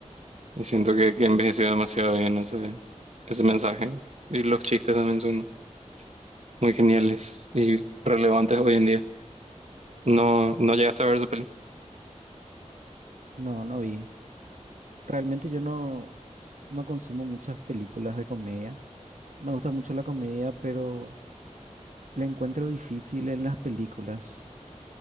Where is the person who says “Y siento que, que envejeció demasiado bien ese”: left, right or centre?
Right